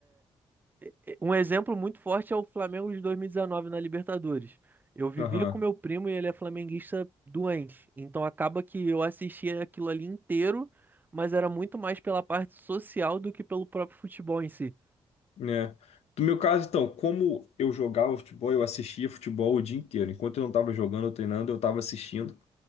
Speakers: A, on the right; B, on the left.
A: É, é, Um exemplo muito forte é o Flamengo de 2019 na Libertadores. Eu vivia
B: Aham,
A: com meu primo e ele é flamenguista doente. Então acaba que eu assistia aquilo ali inteiro, mas era muito mais pela parte social do que pelo próprio futebol em si.
B: né? No meu caso, então, como eu jogava futebol, eu assistia futebol o dia inteiro. Enquanto eu não estava jogando ou treinando, eu estava assistindo.